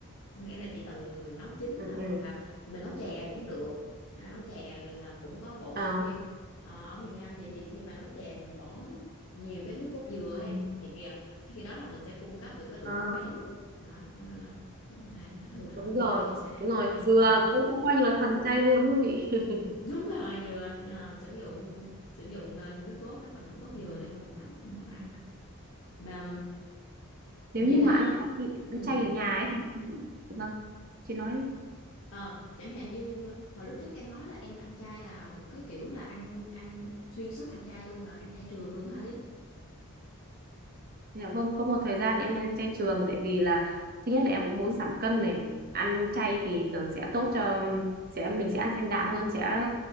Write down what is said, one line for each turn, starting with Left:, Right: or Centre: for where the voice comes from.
Left: có nghĩa là chỉ cần nấu chín
Right: ừ.
Left: thôi
Right: ừ.
Left: hoặc là mình nấu chè cũng được à, nấu chè là cũng có bổ
Right: Ờ.
Left: sung thêm Ờ, ở miền Nam chị thì khi mà nấu chè thì mình bỏ nhiều cái nước cốt dừa
Right: Ừ.
Left: á em thì kìa khi đó là mình sẽ cung cấp được cái lượng
Right: Ờ.
Left: chất béo luôn đó cho nên là này nó thường thông
Right: đúng
Left: thường
Right: rồi
Left: là chị sẽ ăn
Right: đúng rồi
Left: như vậy
Right: dừa
Left: ừ.
Right: cũng cũng coi như là thuần chay luôn đúng không chị <laughs>
Left: đúng rồi dừa Ờ, sử dụng sử dụng ờ, nước cốt cái phần nước cốt
Right: Ừ.
Left: dừa để mà mình nấu mình nấu ăn mà
Right: nếu
Left: vậy
Right: như
Left: là
Right: mà ăn chay
Left: ừ.
Right: ăn chay ở nhà ấy thì vâng chị nói đi
Left: Ờ, chẳng hạn như hồi lúc trước em nói là em ăn chay là thuộc cái kiểu là ăn ăn xuyên suốt ăn chay luôn là ăn chay trường luôn hả Lý?
Right: Dạ vâng, có một thời gian em ăn chay trường tại vì là thứ nhất là em cũng muốn giảm cân này, ăn chay thì thường sẽ tốt cho sẽ mình sẽ ăn thanh đạm hơn sẽ